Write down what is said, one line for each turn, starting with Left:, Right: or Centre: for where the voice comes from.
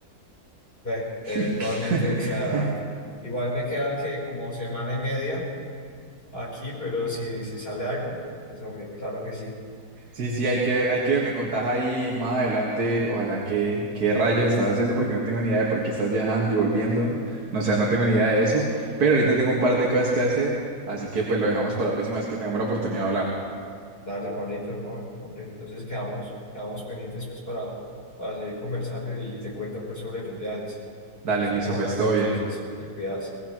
Left: Ve, eventualmente
Right: <laughs>
Left: se hará. Igual me queda que como semana y media aquí, pero si se sale algo, pues hombre, claro que sí.
Right: Sí, sí, hay que ver, hay que ver, me contás ahí más adelante, ojalá que qué rayos estás haciendo, porque no tengo ni idea de por qué estás viajando y volviendo, no, o sea, no tengo ni idea de eso, pero ahorita tengo un par de cosas que hacer, así que pues lo dejamos para la próxima vez que tengamos la oportunidad de hablar.
Left: Dale, Pablito, no, hombre, entonces quedamos, quedamos pendientes pues para, para seguir conversando y, y te cuento pues sobre los viajes.
Right: Dale,
Left: Estamos
Right: listo,
Left: hablando
Right: pues todo
Left: entonces,
Right: bien.
Left: te cuidas.